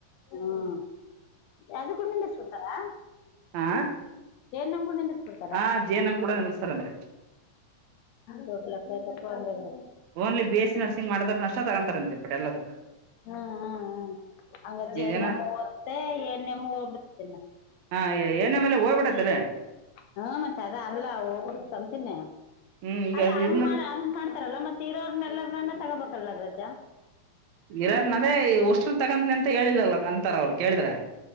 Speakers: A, on the left; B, on the right.
A: ಹ್ಮ ಆದು ಕೂಡಂಡ ಸಟಾರಾ.
B: ಆ
A: ಏನ್ ನಮಗೂ. <unintelligible>
B: ಹಾ ಜೇ ನಮ್ ಕೂಡ ನೀಲಸ್ತಾರ ಅಂತೇ.
A: ದೊಡ್ಡ ಲೆಕ್ಕಾ ಆಯ್ತ್ ಪಾ ಹಂಗ ಆದ್ರೆ.
B: Only B S C nursing ಮಾಡಿದ್ರ ಅಷ್ಟ ತಗೊಂತಾರಂತೆ ಬಟ್ ಎಲ್ಲದಕ್ಕ.
A: ಹ್ಮ್ ಹ್ಮ್ ಹ್ಮ್ ಹಂಗ ಜೆ
B: ಏನ
A: ನೆಮ್ಮು ಹೋಗುತ್ತೆ ಎ ಎನ್ ಎಂ ಹೋಗ್ಬಿಡ್ತತಿನ.
B: ಹಾಂ ಎ ಎನ್ ಎಂ ಹೋಗ್ಬಿಡತ್ತಲ್ಲೇ.
A: ಹ್ಮ ಮತ್ತೆ ಅದ ಅಲ್ಲ ಹೋಗ ಬಿಡತ್ತ್ ತಂತನ್ಯ
B: ಹ್ಮ್ ಈಗ
A: ಅಲ್ಲ ಹಂಗ
B: ಇದನ್ನ
A: ಮಾಡ ಹ ಮಾಡ ಲ್ಲ ಮತ್ತೆ ಇರೋರನ್ನೆಲ್ಲ ತಗೋಬೇಕಲ್ಲ ರಜಾ.
B: ಇರಾರ ನದೇ ಉಷ್ಟ್ರ ತಗೊಂಡಿ ಅಂತ ಹೇಳಿಲ್ಲಲ್ಲ ಅಂತಾರ ಅವ್ರು ಕೇಳಿದ್ರೆ.